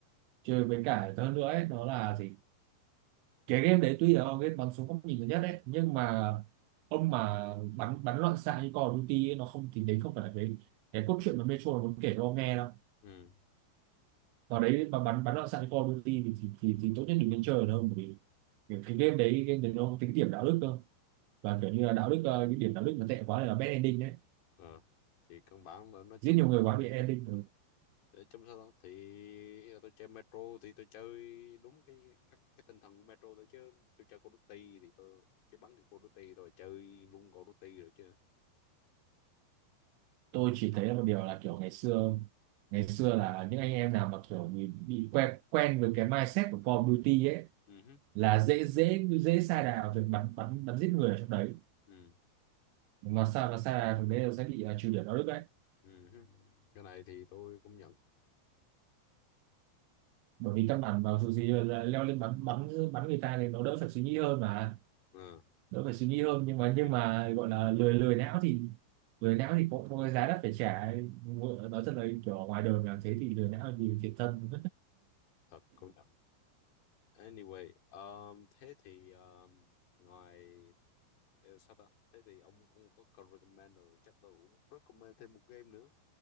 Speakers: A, on the right (about 85°); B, on the left (about 65°).
A: chơi với cả hơn nữa ấy, nó là gì cái game đấy tuy là game bắn súng góc nhìn thứ nhất đấy nhưng mà ông mà bắn bắn loạn xạ như Call of Duty ấy, nó không thì đấy không phải là cái cái cốt truyện mà Metro nó muốn kể cho ông nghe đâu
B: ừ
A: Ở đấy mà bắn bắn loạn xạ cho Call of Duty thì, thì, thì, thì tốt nhất đừng nên chơi ở đâu bởi vì kiểu cái game đấy game đấy nó không tính điểm đạo đức cơ và kiểu như là đạo đức ờ, cái điểm đạo đức nó tệ quá này là bad ending đấy
B: Ờ. thì căn bản là nói
A: giết
B: chung
A: nhiều người
B: là
A: quá bị ending Ừ,
B: để trong sao đó thì là tôi chơi Metro thì tôi chơi đúng cái cái, cái tinh thần của Metro thôi chứ tôi chơi Call of Duty thì tôi chỉ bắn cái Call of Duty rồi chơi luôn Call of Duty rồi chứ
A: tôi chỉ thấy là một điều là kiểu ngày xưa ngày xưa là những anh em nào mà kiểu bị, bị quen quen với cái mindset của Call of Duty ấy
B: ừ hứ,
A: là dễ dễ dễ sa đà về bắn bắn bắn giết người ở trong đấy
B: ừ
A: mà sao mà sa đà trong đấy là sẽ bị ờ, trừ điểm đạo đức đấy
B: ừ hứ. cái này thì tôi cũng nhận
A: bởi vì căn bản vào dù gì là leo lên bắn bắn bắn người ta thì nó đỡ phải suy nghĩ hơn mà
B: ừ.
A: đỡ phải suy nghĩ hơn nhưng mà nhưng
B: thì
A: mà gọi là lười lười não thì lười não thì cũng có cái giá đắt phải trả nói thật là kiểu ở ngoài đời làm thế thì lười não nhiều thiệt thân
B: thật công nhận anyway um, thế thì um, ngoài ờ, sao ta thế thì ông ông có recommend rồi chắc tôi cũng recommend thêm một game nữa